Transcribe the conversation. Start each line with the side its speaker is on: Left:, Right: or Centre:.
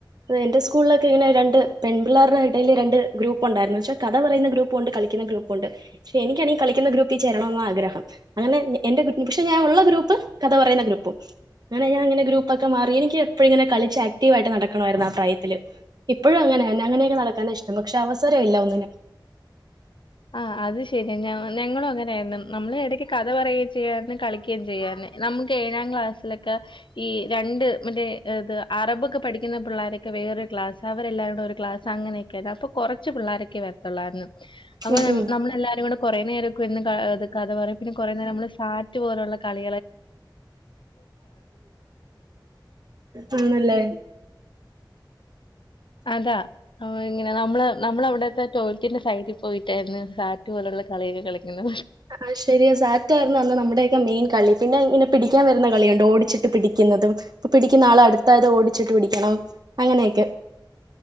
Right: എന്റെ സ്കൂൾലൊക്കെ ഇങ്ങനെ രണ്ട് പെൺ പിള്ളാര്ടെ എടയില് രണ്ട് ഗ്രൂപ്പ്ണ്ടായിരുന്നു കഥ പറയുന്ന ഗ്രൂപ്പുണ്ട് ക കളിക്കുന്ന ഗ്രൂപ്പുണ്ട് ഷെ എനിക്കാണെങ്കി ഈ കളിക്ക്ണ ഗ്രൂപ്പി ചേരണൊന്നാ ആഗ്രഹം. അങ്ങനെ എന്റെ ഷെ ഞാൻ ഉള്ള ഗ്രൂപ്പ് കഥ പറയ്ന്ന ഗ്രൂപ്പും. അങ്ങനെ ഞാൻ ഗ്രൂപ്പൊക്കെ മാറി എനിക്ക് എപ്പഴും ഇങ്ങനെ കളിച്ച് ആക്ടീവായിട്ട് നടക്ക ണായിരുന്നു ആ പ്രായത്തില്. ഇപ്പഴും അങ്ങനെന്നെ അങ്ങനെ നടക്കാനാ ഇഷ്ടം പക്ഷെ അവസരമില്ല ഒന്നിനും
Left: ആഹ് അത് ശെരി ഞ ഞങ്ങളും അങ്ങൻ <unintelligible> നമ്മള് എടക്ക് കഥ പറയുകയും ചെയ്യാര്ന്ന് കളിക്കേം ചെയ്യാര്ന്ന് നമക്ക് ഏഴാം ക്ലാസ്സിലൊക്കെ ഈ ഈ രണ്ട് മറ്റേ ഏത് അറബ് ഒക്കെ പഠിക്ക്ന്ന പിള്ളാരൊക്കെ വേറെ ക്ലാസ് അവരെല്ലാരുടെ ഒര് ക്ലാസ് അങ്ങനെയൊക്കെയാര്ന്ന് അപ്പൊ കൊറച്ച് പിള്ളാരൊക്കെ വരത്തോള്ളാര്ന്ന് അപ്പ
Right: ഉം
Left: നമ്മ
Right: ഉം
Left: നമ്മളെല്ലാരും കൂടെ കൊറേ നേരം ഒക്കെരിന്ന് കഥ പറിം പിന്നെ കൊറേ നേരം നമ്മള് സാറ്റ് പോല്ള്ള കളി
Right: ഇന്നല്ലേ
Left: അതാ ഇങ്ങനെ നമ്മള് നമ്മളവ്ടത്തെ ടോയ്ൽറ്റിന്റെ സൈഡി പോയിട്ടായിരുന്നു സാറ്റ് പോല് കളിയൊക്കെ കളിക്ക്ന്നെ
Right: ആഹ് ശെരിയാ സാറ്റാര്ന്ന് അന്ന് നമ്മുടെക്കെ മെയിൻ കളി പിന്നെ ഇങ്ങനെ പിടിക്കാൻ വരുന്ന കളിയുണ്ട് ഓടിച്ചിട്ട് പിടിക്ക ന്നതും ഇപ്പൊ പിടിക്കുന്ന ആള് അടുത്തായത് ഓടിച്ചിട്ട് പിടിക്കണം അങ്ങനെയൊക്കെ